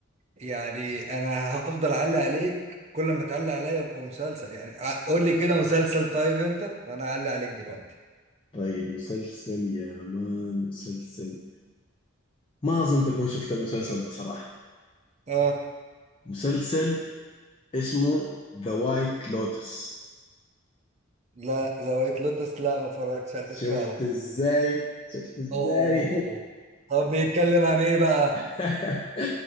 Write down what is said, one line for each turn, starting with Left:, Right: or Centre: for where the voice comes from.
Right: يعني انا هفضل اعلق عليك كل ما تعلق عليا بمسلسل يعني قول لي كده مسلسل طيب انت وانا اعلق عليك دلوقتي
Left: طيب مسلسل يا مان مسلسل ما اظن تكون شفت المسلسل ده صراحة
Right: اه
Left: مسلسل اسمه ذا وايت لوتس
Right: لا زاوية لوتس لا ما اتفرجتش عليه
Left: شفت
Right: فعلا
Left: ازاي شفت ازاي
Right: اوه طب بيتكلم عن ايه بقى
Left: <laughs>